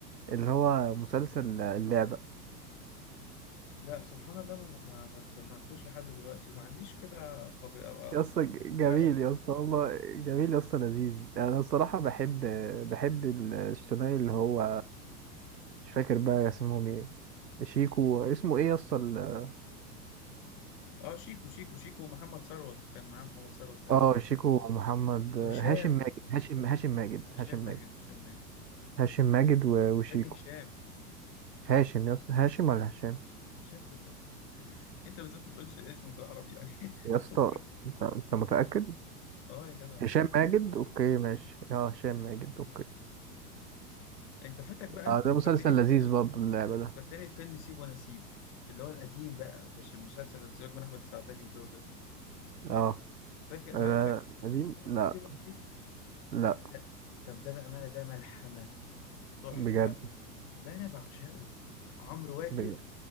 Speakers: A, on the right; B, on the left.
A: اللي هو مسلسل اللعبه
B: لا سبحان الله ما ما ما سمعتوش لحد دلوقتي وما عنديش كده قبل أو أو
A: يا اسطى جميل
B: شغف إن أنا أسمعه.
A: يا اسطى والله جميل يا اسطى لذيذ يعني انا الصراحه بحب بحب ال- الثنائي اللي هو مش فاكر بقى اسمهم ايه شيكو اسمه ايه يا اسطى ال-
B: اه شيكو شيكو شيكو ومحمد ثروت كان معاه محمد ثروت تقريبا
A: اه شيكو محمد هاشم
B: وهشام
A: ماجد هاشم هاشم ماجد
B: وهشام
A: هاشم ماجد
B: ماجد هشام ماجد
A: هاشم ماجد و- وشيكو
B: يا ابني هشام
A: هاشم يا اسطى هاشم ولا هشام
B: هشام صدق انت بالذات ما تقولش اسمه في العربي يعني <laughs>
A: يا اسطى
B: اسكت
A: انت انت متاكد
B: اه يا جدع آه.
A: هشام ماجد اوكي ماشي اه هشام ماجد اوكي
B: انت فاتك بقى
A: اه
B: انت فكرتني
A: ده مسلسل
B: ب...
A: لذيذ برضه اللعبه ده
B: فكرتني بفيلم سيب وانا سيب اللي هو القديم بقى مش المسلسل اللي سيبك من احمد السعداني والجو ده
A: اه
B: فاكر
A: آه،
B: عارف فاكر انت
A: قديم
B: شفت
A: لا
B: سيب وانا سيب
A: لا
B: لا طب ده بقى ماله ده ملحمه تحفة
A: بجد
B: ده أنا بعشقه عمرو واكد
A: بجد.